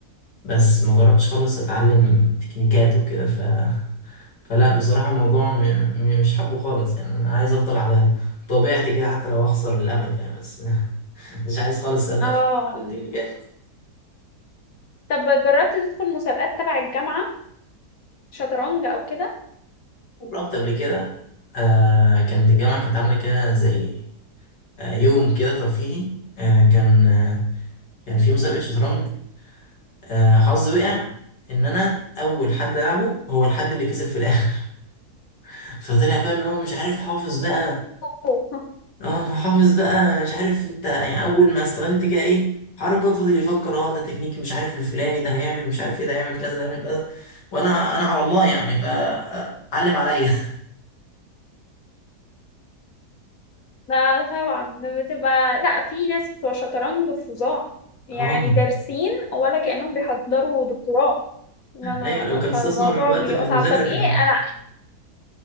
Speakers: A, on the left; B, on the left.
A: بس ما جربتش خالص اتعلم تكنيكات وكده ف فلا بصراحه الموضوع م... م... مش حابه خالص يعني انا عايز افضل على طبيعتي كده حتى لو اخسر للابد يعني بس <laughs> مش عايز خالص ابدا
B: اه
A: في التكنيكات
B: طب جربت تدخل مسابقات تبع الجامعة شطرنج أو كده؟
A: رحت قبل كده آه كانت الجامعة كانت عاملة كده زي آه يوم كده ترفيهي آه كان آه كان في مسابقة شطرنج آه حظي وقع إن أنا أول حد ألعبه هو الحد اللي كسب في الآخر <laughs> فطلع بقى إن هو مش عارف حافظ بقى
B: أوه
A: اه حافظ بقى مش عارف انت يعني أول ما استخدمت كده إيه حركة فضل يفكر اه ده تكنيك مش عارف الفلاني ده هيعمل مش عارف ايه ده هيعمل كذا ده هيعمل كذا وأنا أنا على الله يعني فعلم عليا
B: لا طبعا بتبقى لا في ناس بتوع شطرنج فظاع يعني
A: <laughs> اه
B: دارسين ولا كأنهم بيحضروا دكتوراه لا لا
A: ايوه لو
B: لا
A: كان
B: فالموضوع
A: استثمر الوقت
B: بيبقى
A: في المذاكرة
B: صعب طب
A: كان
B: ايه انا